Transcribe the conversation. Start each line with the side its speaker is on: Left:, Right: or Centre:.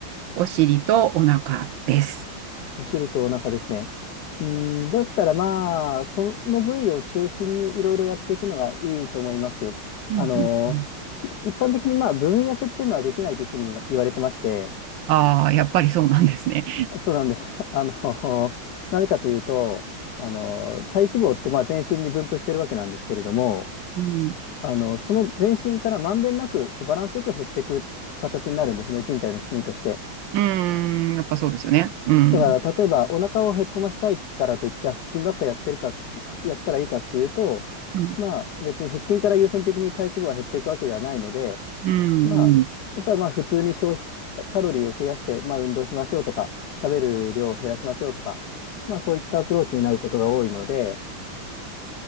Right: お尻とお腹です。
Left: お尻とお腹ですね。うーん、だったらまあ、その部位を中心にいろいろやっていくのがいいと思います。
Right: うんうんうん。
Left: あの、き一般的にまあ、部分痩せっていうのはできないというふうに言わ言われてまして、
Right: ああ、やっぱりそうなんですね。
Left: そうなんです。<laughs> あの、<laughs> なぜかというと、あの、体脂肪ってまあ全身に分布してるわけなんですけれども、
Right: うん。
Left: あの、その全身からまんべんなくこうバランスよく減っていく形になるんですね、人体の仕組みとして。
Right: うーん、やっぱそうですよね。うん。
Left: だから、例えばお腹をへっこましたいからといって、じゃあ腹筋ばっかやってるかって、やったらいいかっていうと、
Right: うん。
Left: まあ別に腹筋から優先的に体脂肪が減っていくわけではないので、
Right: うん。
Left: まあ、
Right: う
Left: やっぱりまあ普通に消費カロリーを増やして、まあ、運動しましょうとか、食べる量を減らしましょうとか、まあ、そういったアプローチになることが多いので、